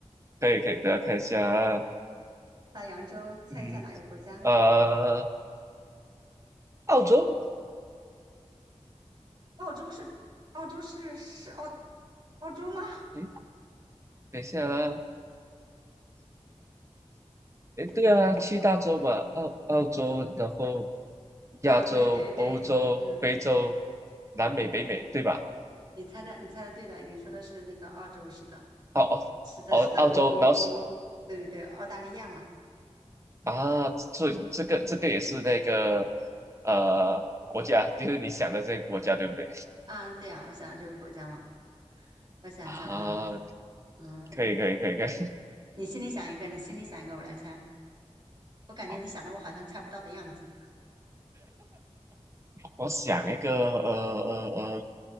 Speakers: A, on the right; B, on the right.
A: 可以可以，大家看一下啊，
B: 大洋洲，猜一下哪个国家？
A: 嗯呃澳洲，
B: 澳洲是澳洲是是澳澳洲吗？
A: 诶，等一下啊。诶，对啊，七大洲嘛，澳澳洲，然后
B: 啊，
A: 亚洲、
B: 对对对，
A: 欧洲、
B: 嗯，
A: 非洲、南美、北美，对吧？
B: 你猜的，你猜的对的，你说的是那个澳洲，是的，
A: 哦
B: 是的，
A: 哦，
B: 是的，
A: 澳洲，
B: 我我我我，
A: 然后是
B: 对对对，澳大利亚嘛，
A: 啊，这这个这个也是那个呃国家，就是你想的这个国家，对不对？
B: 啊，对啊，我想这个国家嘛，我想想啊，
A: 啊，
B: 嗯，
A: 可以可以可以可以，
B: 你心里想一个，你心里想一个，我来猜，我感觉你想的我好像猜不到的样子，
A: <laughs> 好，我想一个呃呃呃，